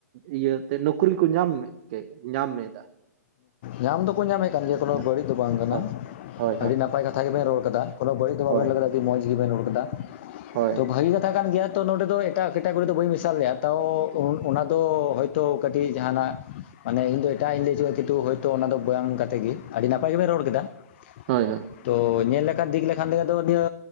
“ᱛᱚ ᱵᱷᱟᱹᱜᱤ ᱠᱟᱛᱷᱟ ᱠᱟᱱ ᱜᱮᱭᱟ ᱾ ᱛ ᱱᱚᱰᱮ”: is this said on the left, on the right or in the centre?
Left